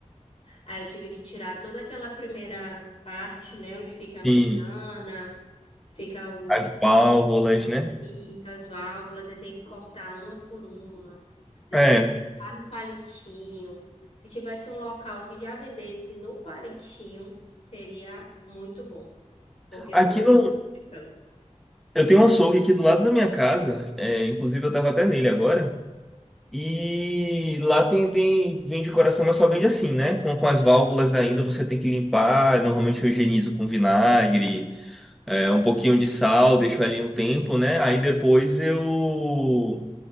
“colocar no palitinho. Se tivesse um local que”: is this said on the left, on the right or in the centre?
Left